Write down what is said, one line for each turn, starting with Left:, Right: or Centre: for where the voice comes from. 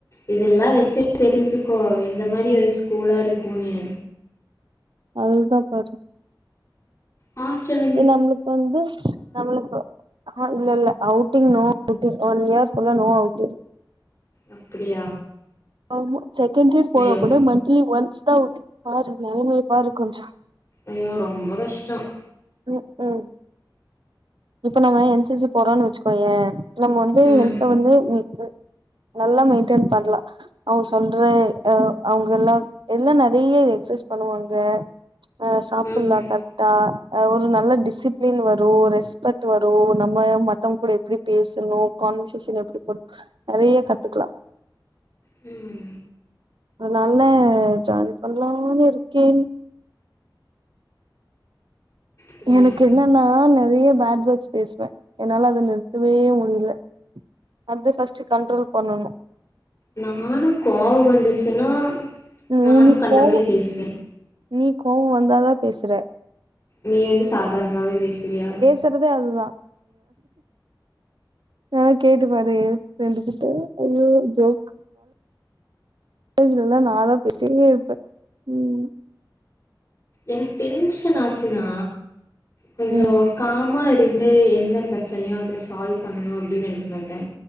Left: இதெல்லா வச்சு தெரிஞ்சுக்கோ எந்த மாரி ஒரு ஸ்கூலா இருக்குன்னு
Right: அதுதா பாரு
Left: ஹாஸ்டல்
Right: இ நம்ளுக்கு வந்து நம்ளுக்கு ஆ இல்ல இல்ல outing no outing one year ஃபுல்லா நோ அவுட்டிங்
Left: அப்டியா
Right: ஆமா செகண்ட் இயர் போனா
Left: ஐயோ
Right: கூட மந்திலி ஒன்ஸ் தா அவுட்டிங் பாரு நெலமைய பாரு கொஞ்ச
Left: ஐயோ ரொம்ப கஷ்டம்
Right: ம் ம் இப்ப நம்ம என் சி சி போறோன்னு வச்சுக்கோயே நம்ம வந்து
Left: ம்
Right: ஹெல்த வந்து நி நல்லா மெயின்டேன் பண்லாம் அவங்க சொல்ற ஆ அவங்க எல்லா எல்லா நறைய எக்சைஸ் பண்ணுவாங்க ஆ சாப்பலாம்
Left: ம்
Right: கரெக்டா ஆ ஒரு நல்ல டிசிப்ளின் வரும் ரெஸ்பெக்ட் வரும் நம்ம மத்தவங்க கூட எப்டி பேசணு கான்வர்சேஷன் எப்டி பண்ணும் நறைய கத்துக்கலாம்
Left: ம்
Right: அனால ஜாயின் பண்லான்னு இருக்கேன்
Left: அப்டியா
Right: எனக்கு என்னென்னா நேறைய பேட் வேர்ட்ஸ் பேசுவே என்னால அதை நிறுத்தவே முடியில அது ஃபர்ஸ்ட் கண்ட்ரோல் பண்ணணு
Left: நானு கோவோ வந்துச்சுன்னா
Right: மூளி
Left: நானு கண்டபடி
Right: கோவோ
Left: பேசுவே
Right: நீ கோவோ வந்தா தா பேசுற
Left: நீ வந்து சாதார்ணமாவே பேசுவியா
Right: பேஸ்றதே அதுதா இல்லன்னா கேட்டு பாரு ஏ பிரண்டு கிட்ட ஐயோ ஜோக் காலேஜ்லல்லா நா தா பேசிட்டே இருப்பே ம்
Left: என்க் டென்ஷன் ஆச்சுன்னா கொஞ்சோ
Right: ம்
Left: காமா இருந்து என்ன பிரச்சனையோ அத சால்வ் பண்ணணு அப்டின் நெனைக்க மாட்டே